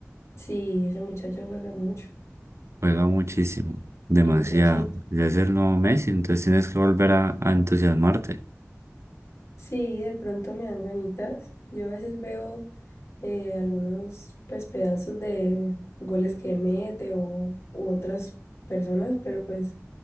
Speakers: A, on the left; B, on the right.
A: Sí, ese muchacho juega mucho,
B: Juega muchísimo, demasiado.
A: un muchachito.
B: Ya es el nuevo Messi, entonces tienes que volver a, a entusiasmarte.
A: Sí, de pronto me dan ganitas. Yo a veces veo eh, algunos pues pedazos de goles que él mete o u otras personas, pero pues